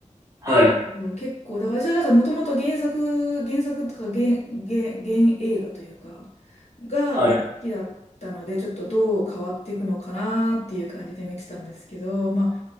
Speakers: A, on the right; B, on the left.
A: はい、
B: そう結構、だから、それだからもともと原作、原作とか原、原、原映画というか、が好きだったので、
A: はい、
B: ちょっとどう変わっていくのかなっていう感じで見てたんですけど、まあ、